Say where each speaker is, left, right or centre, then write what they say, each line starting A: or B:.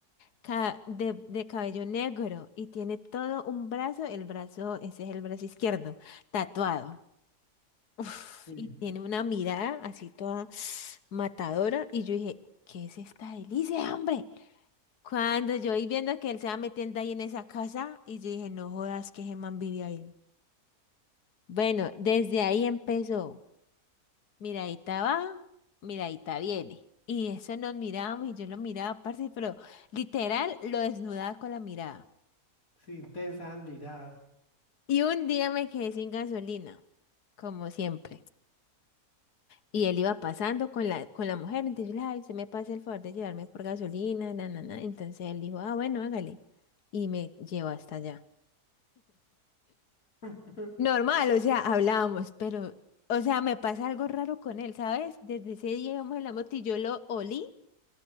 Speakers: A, on the left; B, on the left.
A: ca- de, de cabello negro y tiene todo un brazo, el brazo, ese es el brazo izquierdo, tatuado. Uf,
B: sí
A: y tiene una mirada así toda matadora. Y yo dije, ¿qué es esta delicia, hombre? Cuando yo vi viendo que él se va metiendo ahí en esa casa, y yo dije, no jodas que ese man vive ahí. Bueno, desde ahí empezó. Miradita va, miradita viene. Y eso nos mirábamos y yo lo miraba, parce, pero literal lo desnudaba con la mirada.
B: Sí, intensas miradas.
A: Y un día me quedé sin gasolina, como siempre. Y él iba pasando con la, con la mujer, entonces yo le dije, ay, usted me pasa el favor de llevarme por gasolina, na, na, na". Entonces él dijo, ah, bueno, hágale. Y me llevó hasta allá.
B: <laughs>
A: Normal, o sea, hablábamos, pero, o sea, me pasa algo raro con él, ¿sabes? Desde ese día íbamos en la moto y yo lo olí